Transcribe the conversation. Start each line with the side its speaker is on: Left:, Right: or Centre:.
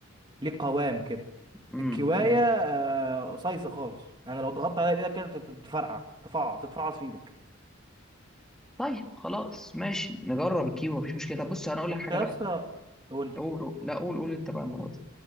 Right: ليه قوام كده
Centre: امم
Right: الكوايه آه، قصيصه خالص يعني لو ضغطت عليها بايدك كده تت- تفرقع تفع تتفعص في ايدك
Centre: طيب خلاص ماشي نجرب الكيبو مفيش مشكله طب بص انا اقول لك
Right: انت
Centre: حاجه
Right: يا
Centre: بقى
Right: اسطى قول لي
Centre: قول قول لا قول قول انت بقى المره دي